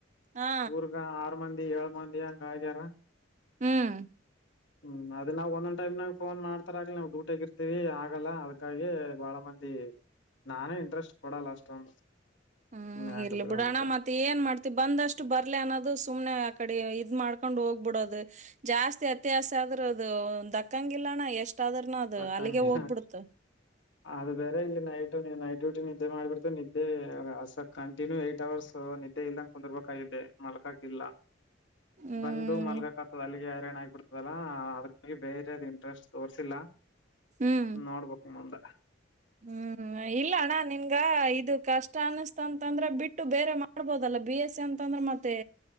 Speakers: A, on the right; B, on the left.
A: ಹಾ
B: ಊರ್ಗ ಆರ್ ಮಂದಿ ಏಳ್ ಮಂದಿ ಹಂಗ ಆಗ್ಯಾರ
A: ಹ್ಮ್
B: ಹ್ಮ್ ಅದ ನಾವ ಒಂದ್ಟೈಮ್ನ ನ್ ಮಾಡ್ ಹತ್ತರ ಆಗ್ ನಾವು ಡೂಟ್ ಆಗಿರ್ತೀವಿ ಆಗಲ್ಲ ಅದಕ್ಕಾಗಿ ಬಾಳ ಮಂದಿ ನಾನೇ ಇಂಟ್ರೆಸ್ಟ್ ಕೊಡಲ್ಲ ಅಷ್ಟೊಂದು
A: ಹ್ಮ್
B: ಸುಮ್ನೆ ಯಾಕ
A: ಇರ್ಲಿ
B: ಬಿಡು
A: ಬಿಡೋಣ
B: ಅಂತ
A: ಮತ್ತೆ ಮತ್ತ ಏನ್ ಮಾಡ್ತಿವಿ ಬಂದಷ್ಟು ಬರ್ಲ ಅನ್ನೋದು ಸುಮ್ನೆ ಆಕಡೆ ಇದ್ ಮಾಡ್ಕೊಂಡ್ ಹೋಗ್ಬಿಡೋದು ಜಾಸ್ತಿ ಅತ್ಯಾಸ ಆದ್ರೂ ಅದು ದಕ್ಕಂಗಿಲ್ಲಣ ಎಷ್ಟ ಆದ್ರನ ಅದು
B: ಸಾಕಂಗೆ
A: ಅಲ್ಲಿಗೆ ಹೋಗ್ಬಿಡ್ತ
B: ಅದು ಬೇರೆ ಇಲ್ಲಿ ನೈಟ್ ನೈಟ್ ಡ್ಯೂಟಿ ನಿದ್ದೆ ಮಾಡಿಬಿಡ್ತು ನಿದ್ದೆಸಕ್ ಕಂಟಿನ್ಯೂ ಏಟ್ ಅವರ್ಸ್ ನಿದ್ದೆ ಇಲ್ಲಂಗ ಕುಂದಿರ್ಬೇಕಿದ್ದೆ ಮಲ್ಕಕಿಲ್ಲ
A: ಹ್ಮ್
B: ಬಂದು ಮಲ್ಗಾಕ್ತದ ಅಲ್ಲಿಗೆ ಹಾರ್ ಆಿಬಿಡ್ತದೆ ಲ್ಲ ಅದ್ಕ್ಕಾಗಿ ಬೇರೆದು್ ಇಂಟ್ರೆಸ್ಟ್ ತೋರ್ಸಿಲ್ಲ
A: ಹ್ಮ್
B: ನೋಡ್ಬೇಕ ಮುಂದೆ
A: ಹ್ಮ್ ಇಲ್ಲ ಅಣ್ಣ ನಿಮ್ಗ ಇದು ಕಷ್ಟ ಅನಿಸ್ತ ಅಂತಂದ್ರೆ ಬಿಟ್ಟು ಬೇರೆ ಮಾಡ್ಬೋದಲ್ಲ ಬಿ ಎಸ್ ಸಿ ಅಂತಂದ್ರೆ ಮತ್ತ ಮತ್ತೆ